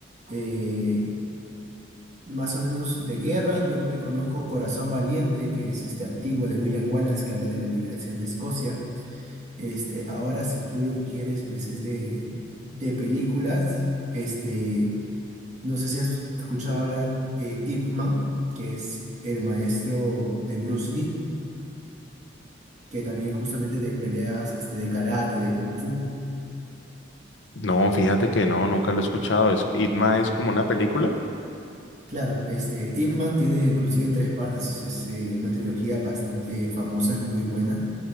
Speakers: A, on the right; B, on the left.
A: eh, más o menos de guerra, yo te conozco Corazón Valiente, que es este, antigua de William Wallace, que habla de la liberación de Escocia. Este, ahora, si tú lo que quieres, pues es de, de películas. Este, no sé si has escuchado hablar eh, Ip Man, que es el maestro de Bruce Lee, que también es justamente de peleas, este, de karate, de kung fu.
B: No, fíjate que no, nunca lo he escuchado. Es, Itma es como una película.
A: Claro, este, Ip Man tiene inclusive tres partes, es eh, una trilogía bastante famosa, es muy buena.